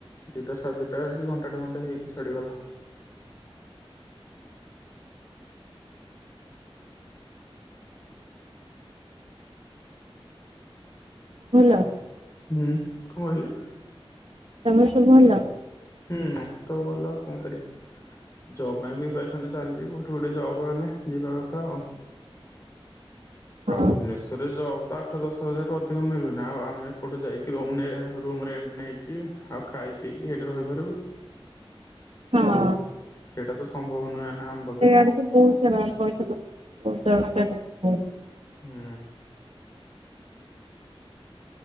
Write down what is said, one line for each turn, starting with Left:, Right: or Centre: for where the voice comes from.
Left: ଦିଟା ସାଢେଦିଇଟା ଘଣ୍ଟାଟେ ଘଣ୍ଟା ହେଇକି ଛଡିଗଲା।
Right: ଭଲ।
Left: ହୁଁ କଣ କହିଲେ?
Right: ତମର ସବୁ ଭଲ?
Left: ହୁଁ ସବୁ ଭଲ କଣ କରିବା। ଜବାବି ପ୍ରିପସନ ଚାଲିଚି କୋଉଠି ଗୋଟେ ଜବ୍ ହେଲେ ଯିବା ଆଉ
Right: ହଁ।
Left: ଭୁବନେଶ୍ଵରରେ ଜବ୍ ଆଠ ଦଶ ହଜାର ରୁ ଅଧିକ ମିଳୁନି। ନା ଆଉ ଆମେ ଏପଟୁ ଯାଇକି ରୁମ୍ ରୁମ୍ ରେଣ୍ଟ ନେଇକି ଆଉ ଖାଇ ପିଇକି ସେଇଠି ରହିବା
Right: ହଁ
Left: ସେଟା ତ ସମ୍ଭବ ନୁହେଁ ନା ଆମ ପାଖେ
Right: ଆଜି ବହୁତ୍ ସରା ପଇସା ପତ୍ର ଦରକାର ବୋହୂତ୍
Left: ହୁଁ।